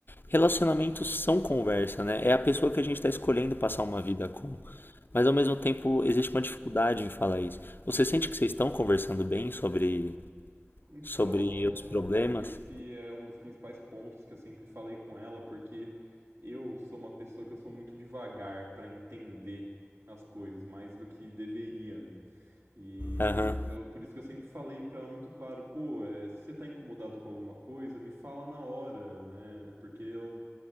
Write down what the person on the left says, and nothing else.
relacionamentos são conversa, né? É a pessoa que a gente está escolhendo passar uma vida com. Mas ao mesmo tempo existe uma dificuldade em falar isso. Você sente que vocês estão conversando bem sobre,
sobre
os problemas?
Aham.